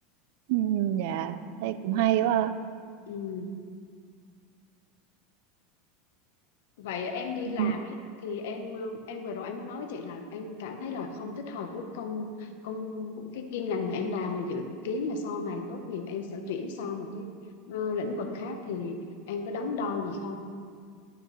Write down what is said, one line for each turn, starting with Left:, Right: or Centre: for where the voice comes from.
Right: ừ dạ đây cũng
Left: Ừm.
Right: hay quá ha.
Left: Ừ. Vậy em đi
Right: Ừ.
Left: làm ấy thì em ờ, em vừa rồi em mới nói với chị là em cảm thấy là không thích hợp với công công cái chuyên ngành mà em làm và dự kiến là sau này tốt nghiệp em sẽ chuyển sang một cái ờ, lĩnh vực khác thì em có đắn đo gì không?